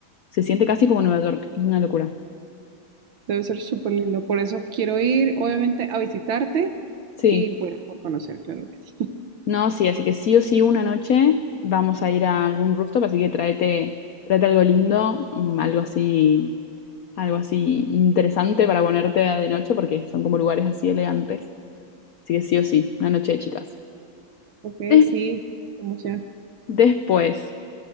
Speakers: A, on the left; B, on the right.
A: se siente casi como Nueva York, es una locura.
B: Debe ser súper lindo. Por eso quiero ir, obviamente, a visitarte
A: Sí,
B: y pues por conocer, claro que sí. <laughs>
A: no, sí, así que sí o sí una noche vamos a ir a algún rooftop, así que tráete, tráete algo lindo, mm, algo así algo así interesante para ponerte de noche porque son como lugares así elegantes. Así que sí o sí, una noche de chicas.
B: Ok,
A: Des-
B: sí, qué emoción.
A: después,